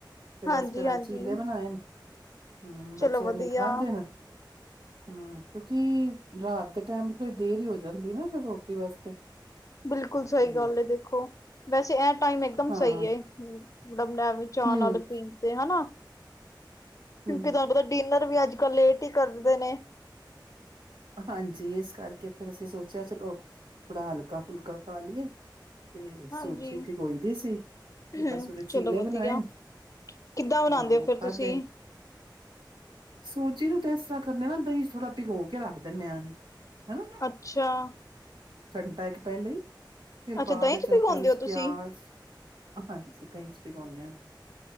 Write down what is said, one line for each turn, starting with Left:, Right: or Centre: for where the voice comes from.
Right: ਤੇ ਬਸ
Left: ਹਾਂਜੀ-ਹਾਂਜੀ
Right: ਫਿਰ ਚੀਲੇ ਬਣਾਏ ਨੇ ਹੂੰ
Left: ਚਲੋ
Right: ਬੱਚਿਆਂ
Left: ਵਧੀਆ।
Right: ਨੇ ਖਾਂਦੇ ਨੇ। ਹੂੰ ਕਿਉਂਕਿ ਰਾਤ ਦੇ ਟਾਈਮ ਥੋੜੀ ਦੇਰ ਈ ਹੋ ਜਾਂਦੀ ਨਾ ਫਿਰ ਰੋਟੀ ਵਾਸਤੇ
Left: ਬਿਲਕੁਲ ਸਈ
Right: ਤੇ
Left: ਗੱਲ ਐ ਦੇਖੋ। ਵੈਸੇ ਐ ਟਾਈਮ ਇਕਦਮ
Right: ਹਾਂ
Left: ਸਈ ਐ ਮੜ ਵੇ ਚਾਅ
Right: ਹਮ
Left: ਨਾਲ ਪੀ ਤੇ ਹਨਾ ਕਿਉਂਕਿ
Right: ਹਮ
Left: ਤੁਹਾਨੂੰ ਪਤਾ ਡਿਨਰ ਵੀ ਅੱਜ ਕੱਲ ਲੇਟ ਈ ਕਰਦੇ ਨੇ।
Right: ਹਾਂਜੀ ਇਸ ਕਰਕੇ ਫਿਰ ਅਸੀਂ ਸੋਚਿਆ ਚਲੋ ਥੋੜਾ ਹਲਕਾ ਫੁਲਕਾ ਖਾ ਲਈਏ। ਤੇ ਸੂਜੀ
Left: ਹਾਂਜੀ।
Right: ਭਗੋਈ ਦੀ ਸੀ ਤੇ
Left: ਹੂੰ
Right: ਬਸ ਉਦੇ ਚੀਲੇ
Left: ਚਲੋ ਵਧੀਆ
Right: ਬਣਾਏ।
Left: ਕਿੱਦਾਂ ਬਣਾਉਂਦੇ
Right: ਹਾਂ ਓ
Left: ਹੋ ਫਿਰ
Right: ਖਾਧੇ
Left: ਤੁਸੀਂ
Right: ਨੇ। ਸੂਜੀ ਨੂੰ ਤੇ ਇਸ ਤਰ੍ਹਾਂ ਕਰ ਨਾ ਦਈ ਥੋੜਾ ਭਿਗੋ ਕੇ ਰੱਖਦੇ ਧੰਨਿਆ ਦੀ ਹਨਾ।
Left: ਅੱਛਾ
Right: ਘੰਟਾ ਇੱਕ ਪੈਲੇ ਈ ਫੇਰ
Left: ਅੱਛਾ
Right: ਬਾਅਦ
Left: ਦਹੀਂ
Right: ਇਚ
Left: ਚ
Right: ਆਪਾਂਰ
Left: ਭਿਗਾਉਂਦੇ
Right: ਸ
Left: ਹੋ ਤੁਸੀਂ
Right: ਪਿਆਜ ਹਾਂਜੀ ਦਈ ਚ ਭੀਗੋਨੇ ਆਂ